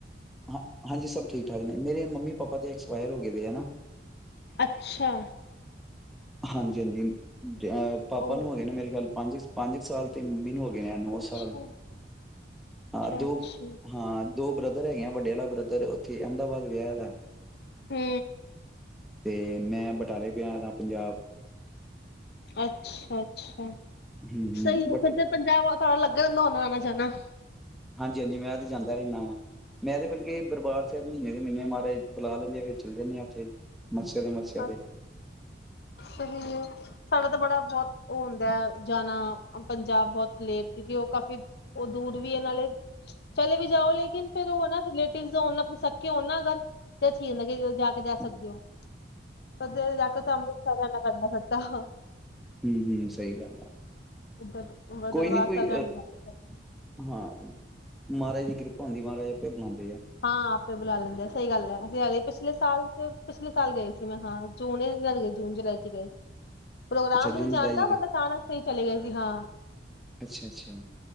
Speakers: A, in the centre; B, on the left.
A: ਹਾਂ ਹਾਂਜੀ ਸਭ ਠੀਕ-ਠਾਕ ਨੇ, ਮੇਰੇ ਮੰਮੀ ਪਾਪਾ ਤੇ ਐਕਸਪਾਇਰ ਹੋ ਗਏ ਹਨਾ,
B: ਅੱਛਾ,
A: ਹਾਂਜੀ-ਹਾਂਜੀ ਅਹ ਪਾਪਾ
B: ਉਹ
A: ਨੂੰ ਹੈਗੇ ਨੇ ਮੇਰੇ ਖਿਆਲ ਪੰਜ ਪੰਜ ਕੁ ਸਾਲ ਤੇ ਮੰਮੀ ਨੂੰ ਨੌ ਸਾਲ
B: ਅੱਛਾ
A: ਹਾਂ ਦੋ
B: ਅੱਛਾ
A: ਹਾਂ। ਦੋ ਬ੍ਰਦਰ ਹੈਗੇ, ਆ ਵੱਡੇ ਵਾਲਾ ਬ੍ਰਦਰ ਉੱਥੇ ਅਹਿਮਦਾਬਾਦ ਵਿਆਹਾ ਵ
B: ਹੂੰ,
A: ਤੇ ਮੈਂ ਬਟਾਲੇ ਪਿਆ ਦਾ, ਪੰਜਾਬ,
B: ਅੱਛਾ-ਅੱਛਾ,
A: ਹਮ ਹਮ
B: ਸਹੀ ਆ
A: ਬਟ
B: ਫਿਰ ਜ ਪੰਜਾਹ ਦਾ ਲੱਗ ਜਾਂਦਾ ਹੋਣਾ, ਜਾਨਾ
A: ਹਾਂਜੀ-ਹਾਂਜੀ ਮੈਂ ਤੇ ਜਾਂਦਾ ਰਹਿੰਦਾ ਵਾਂ ਮੈਂ ਤੇ ਬਤਲਬ ਕੇ ਦਰਬਾਰ ਸਾਹਿਬ ਮਹੀਨੇ ਦੇ ਮਹੀਨੇ ਮਹਾਰਜ ਬੁਲਾ ਲੈਂਦੇ ਆ ਫਿਰ ਚਲੇ ਜਾਂਦੇ ਹਾਂ ਉੱਥੇ ਮੱਸਿਆ ਦੇ ਮੱਸਿਆ ਤੇ
B: ਅ ਸਹੀ ਹੈ, ਸਾਡਾ ਤਾਂ ਬੜਾ ਬਹੁਤ ਉਹ ਹੁੰਦਾ ਜਾਣਾ ਪੰਜਾਬ ਬਹੁਤ ਲੇਟ ਕਿਉਂਕਿ ਉਹ ਕਾਫੀ ਉਹ ਦੂਰ ਵੀ ਇਹਨਾਂ ਦੇ ਚਲੇ, ਵੀ ਜਾਓ ਲੇਕਿਨ ਫਿਰ ਉਹ ਨਾ ਰਿਲੇ ਆਪਨੇ ਸਕੇ ਹੋਣ ਨਾ ਅਗਰ ਤੇ ਠੀਕ ਲੱਗੇਗਾ। ਜਾ ਕੇ ਦੇ
A: ਹੂੰ-ਹੂੰ-ਹੂੰ-ਹੂੰ
B: ਸਕਦੇ ਹੋ, ਜਾ ਫੇਰ ਅੰਮ੍ਰਿਤਸਰ ਪਤਾ।
A: ਹੂੰ-ਹੂੰ, ਸਹੀ ਗੱਲ ਆ।
B: ਉੱਧਰ ਅੰਬਰ
A: ਕੋਈ
B: ਦਰਬਾਰ
A: ਨਹੀਂ ਕੋਈ
B: ਸਾਹਿਬ
A: ਅ
B: ਰਹਿਣਾ ਪੈਂਦਾ ਫਿਰ ਤਾਂ
A: ਹਾਂ, ਮਹਾਰਾਜ ਦੀ ਕਿਰਪਾ ਹੁੰਦੀ ਮਹਾਰਾਜ ਆਪੇ ਬਲਾਉਦਾ
B: ਹਾਂ, ਆਪੇ ਬੁਲਾ ਲੈਦੇ ਆ। ਸਹੀ ਗੱਲ ਹੈ ਐਸੀ ਹੈਗੇ, ਪਿਛਲੇ ਸਾਲ ਚ ਪਿਛਲੇ ਸਾਲ ਗਏ ਸੀ, ਮੈਂ ਹਾਂ ਜੂਨ ਗਏ ਜੂਨ ਜੁਲਾਈ ਚ ਗਏ ਸੀ। ਪ੍ਰੋਗਰਾਮ
A: ਅੱਛਾ ਜੂਨ
B: ਨਹੀਂ ਜਾਣ
A: ਜੁਲਾਈ
B: ਦਾ
A: ਚ ਗਏ
B: ਬਟ ਸਹੀ ਚਲੇ ਗਏ ਸੀ ਹਾਂ,
A: ਅੱਛਾ-ਅੱਛਾ